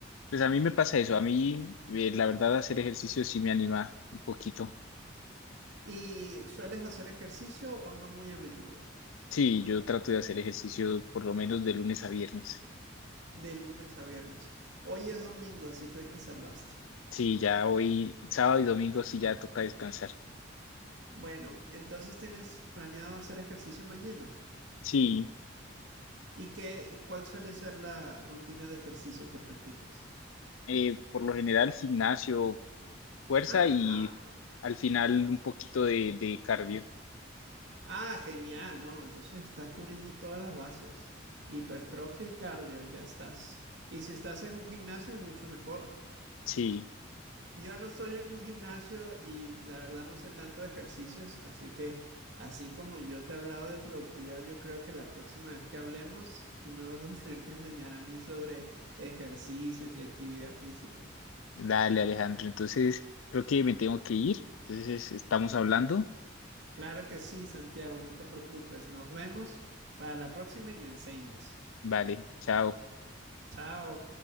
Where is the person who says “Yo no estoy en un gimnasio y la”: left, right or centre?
Right